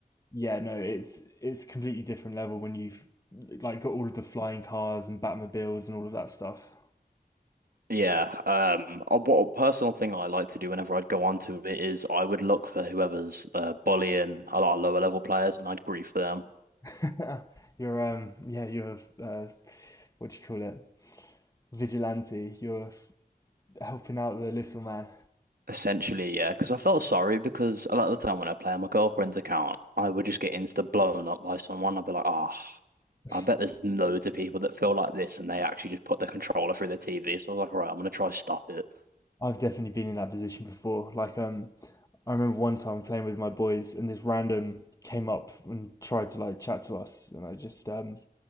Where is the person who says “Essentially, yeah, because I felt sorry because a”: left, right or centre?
Right